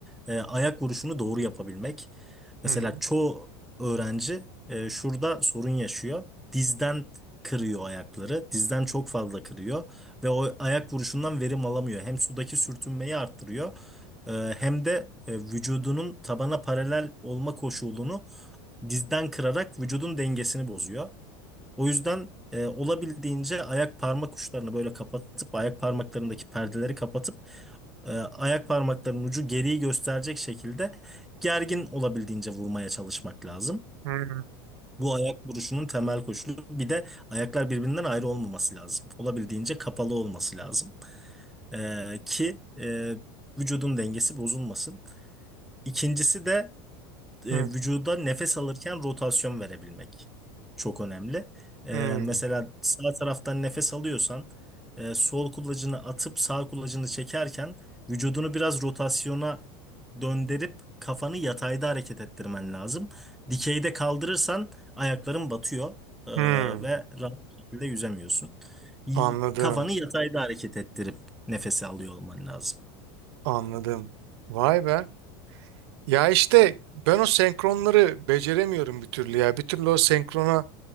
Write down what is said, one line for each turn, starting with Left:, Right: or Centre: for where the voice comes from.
Centre: e, ayak vuruşunu doğru yapabilmek. Mesela
Right: <laughs> Hı hı.
Centre: çoğu öğrenci e, şurada sorun yaşıyor. Dizden kırıyor ayakları. Dizden çok fazla kırıyor ve o ayak vuruşundan verim alamıyor. Hem sudaki sürtünmeyi arttırıyor e, hem de e, vücudunun tabana paralel olma koşulunu dizden kırarak vücudun dengesini bozuyor. O yüzden e, olabildiğince ayak parmak uçlarını böyle kapatıp ayak parmaklarındaki perdeleri kapatıp e, ayak parmaklarının ucu geriyi gösterecek şekilde gergin olabildiğince vurmaya çalışmak lazım.
Right: Hı
Centre: Bu ayak vuruşunun temel koşulu. Bir de ayaklar birbirinden ayrı olmaması lazım. Olabildiğince kapalı olması lazım. E, ki e, vücudun dengesi bozulmasın. İkincisi de e,
Right: hı.
Centre: vücuda nefes alırken rotasyon verebilmek çok önemli. E,
Right: Hı
Centre: mesela sağ taraftan nefes alıyorsan e, sol kulacını atıp sağ kulacını çekerken vücudunu biraz rotasyona döndürüp kafanı yatayda hareket ettirmen lazım. Dikeyde kaldırırsan ayakların batıyor e,
Right: hı.
Centre: ve rahat bir şekilde yüzemiyorsun. Y-
Right: Anladım.
Centre: Kafanı yatayda hareket ettirip nefesi alıyor olman lazım.
Right: Anladım. Vay be. Ya işte ben o senkronları beceremiyorum bir türlü ya. Bir türlü o senkrona